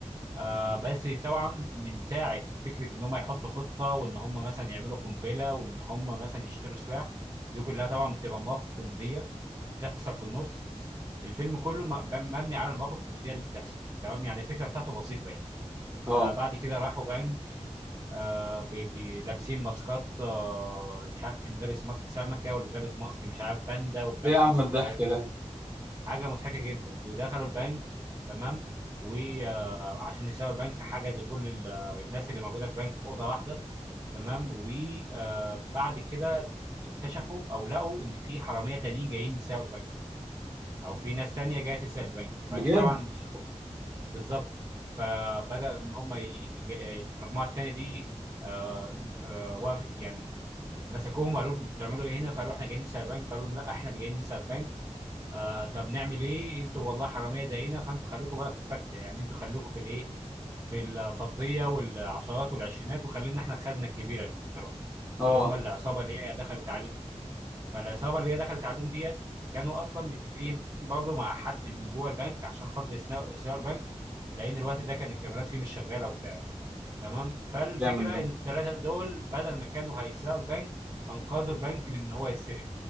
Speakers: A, on the right; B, on the right.
A: آه بس طبعا من ساعه فكره ان هم يحطوا خطه وان هم مثلا يعملوا قنبله وان هم مثلا يشتروا سلاح دي كلها طبعا بتبقى مواقف كوميديه بتحصل في النص الفيلم كله م- مبني على المواقف الكوميديه اللي بتحصل تمام يعني الفكره بتاعته بسيطه يعني
B: اه
A: آه بعد كده راحوا بنك آه بي- بي- لابسين ماسكات آه مش عارف اللي لابس ماسك سمكه واللي لابس ماسك مش عارف باندا واللي
B: ايه
A: لابس
B: يا عم
A: ماسك
B: الضحك
A: مش عارف
B: ده
A: ايه حاجه مضحكه جدا ودخلوا البنك تمام وعشان يسرقوا البنك حجزوا كل ال- آه، الناس اللي موجوده في البنك في اوضه واحده تمام وبعد كده اكتشفوا او لقوا ان في حراميه تانيين جايين يسرقوا البنك او في ناس تانيه جايه تسرق البنك
B: بجد
A: فدي طبعا خ- بالظبط فبدا ان هم ي- ي- المجموعه التانيه دي آه، آه، وقفت يعني مسكوهم وقالوا لهم انتوا بتعملوا ايه هنا فقالوا احنا جايين نسرق البنك فقالوا لهم لا احنا اللي جايين نسرق البنك آه طب نعمل ايه انتوا والله حراميه زينا فانتوا خليكم بقى في الفكه يعني انتوا خليكم في الايه في الفضيه والعشرات والعشرينات وخلينا احنا الخزنه الكبيره بقى
B: اه
A: اللي هم العصابه اللي هي دخلت عليهم فالعصابه اللي هي دخلت عليهم ديت كانوا اصلا متفقين برضه مع حد من جوه البنك عشان خاطر يسرقوا يسرقوا البنك لان الوقت ده كان الكاميرات فيه مش شغاله وبتاع تمام فالفكره
B: جامد ده
A: ان الثلاثه دول بدل ما كانوا هيسرقوا البنك انقذوا البنك من ان هو يتسرق